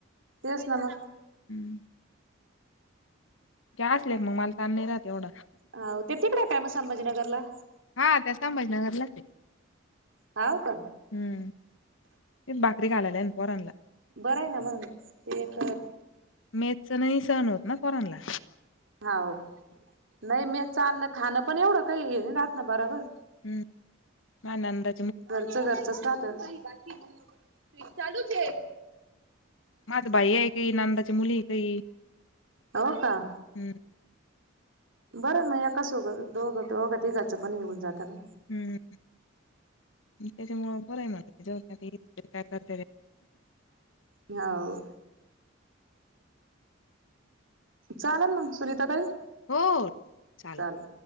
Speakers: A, on the right; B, on the left.
A: तेस ना मग.
B: हम, त्या असल्या का मग मला तान नाही राहत एवढा.
A: हाव ते तिकडे आहे का मग संभाजीनगरला.
B: हा त्या संभाजीनगरलाच आहे.
A: हाव का.
B: हम्म, हे भाकरी घालाला आहेन पोरांनला.
A: बरं आहे ना मग ते एक
B: मेसच नाही सहण होत ना पोरांनला.
A: हाव. नाही मेसचा अन्न खाणं पण एवढं काही हे राहात ना बरोबर.
B: हम, मा नंदा
A: घरचं घरचंस राहत. बाकी चालूच हे.
B: माझं भाई आहे काही नंदाची मुली आहे काही
A: हो का
B: हम्म,
A: बरं य मग एका सोबतच दोघं दोघा तिघाचं पण हे होऊन जातना.
B: हम्म, त्याच्या मुळ बरंय मग जाऊद्या काय करते ते.
A: ह्याव. चालंन मग सुनीता ताई.
B: हो चालल.
A: चालेल.